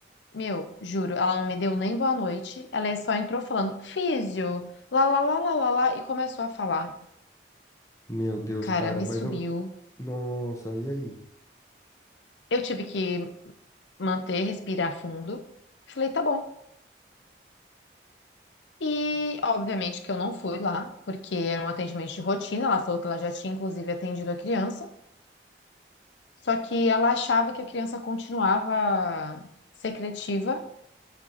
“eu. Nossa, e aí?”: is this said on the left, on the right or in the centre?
Left